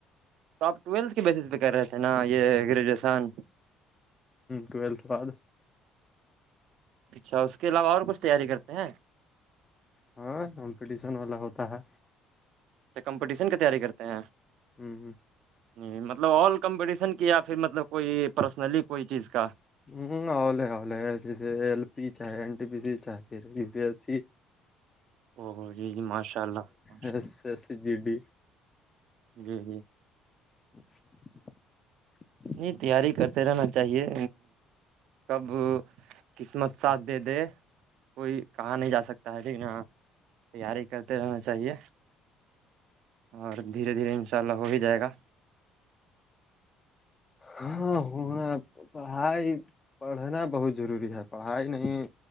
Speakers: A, on the right; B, on the left.
A: تو آپ ٹویلتھ بیس پہ کر رہے تھے نا یہ گریجویشن
B: ٹویلتھ بعد
A: اچھا اس کے علاوہ اور کچھ تیاری کرتے ہیں
B: ہاں کمپٹیشن والا ہوتا ہے
A: کمپٹیشن کی تیاری کرتے ہیں
B: ہمم
A: نہیں مطلب آ کمپٹیشن کی یا پھر مطلب کوئی پرسنلی کوئی چیز کا
B: ہوں ا لے اےی ایل پی چاہائےین پ سی چاہائے پھر ا بھی اس
A: او جی جی ماشاء اللہ ماشاء
B: اہس ایس جی ڈی
A: جی جی
B: <inaudible>
A: نہیں تیاری کرتے رہنا چاہیے کب قسمت ساتھ دے دے کوئی کہاں نہیں جا سکتا ہے لیکن ہاں تیاری کرتے رہنا چاہیے اور دھیرے دھیرے ان شاء اللہ ہو ہی جائے گا
B: ہاں ہنا پڑھائی پڑھنا بہت ضروری ہے پڑھائی نہیں